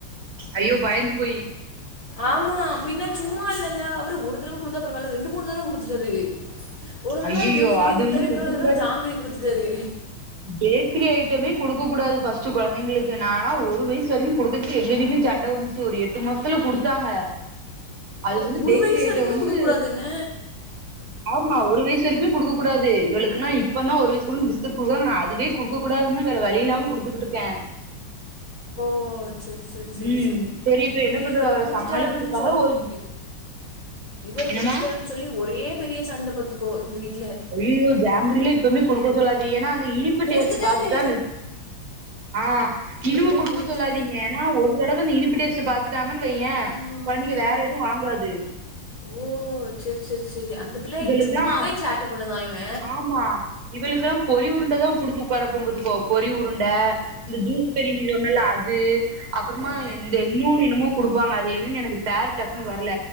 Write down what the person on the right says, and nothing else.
ஐயோ பயந்து போயி
ஐயயோ
அது
வந்து குடுக்க
கூடாது
பேக்கரி ஐட்டமே குடுக்க கூடாது ஃபஸ்ட் குழந்தைங்களுக்கு நானா ஒரு வயசு வரைக்கும் கொடுத்துட்டு எங்க வீட்லையும் சண்ட வந்துச்சு ஒரு எட்டு மாசத்துல குடுத்தாங்க அது
வந்து
பேக்கரி
ஐட்டம்
வந்து
ஆமா ஒரு வயசு வரைக்குமே குடுக்க கூடாது இவளுக்கெல்லாம் இப்ப தான் ஒரு வயசுக்கப்புறம் பிஸ்கட் குடுக்க அதுவே குடுக்க கூடாதுன்னா வேற வழி இல்லாம குடுத்துக்கிட்டு இருக்கேன்
ம்
சரி இப்ப
என்ன பண்றது
அவள
சமாளிக்கிறதுக்காக
ஒரு
என்னமா
ஐயயோ ஜாங்கிரிலாம் இப்பமே குடுக்க சொல்லாத ஏன்னா அந்த இனிப்பு
டேஸ்ட் பாத்துட்டா ஆஹ்
இனிமே
குடுக்க
சொல்லாதீங்க ஏன்னா ஒரு தடவ இந்த இனிப்பு டேஸ்ட் பாத்துட்டாங்கன் சின்ன பையன்
கொழந்தைங்க வேற எதுவும் வாங்காது
இவளுக்குல்லா
ஆமா இவளுக்கெல்லாம் பொறி உருண்ட தான் குடுத்து உக்கார வைப்பே பாத்துக்கோ பொறி உருண்ட இந்த ஜூஸ்பெரி நீ சொன்னல அது அப்புறமா
இந்த இன்னொன்னு என்னமோ குடுப்பாங்க அது என்னன்னு எனக்கு பேர் டக்குன்னு வரல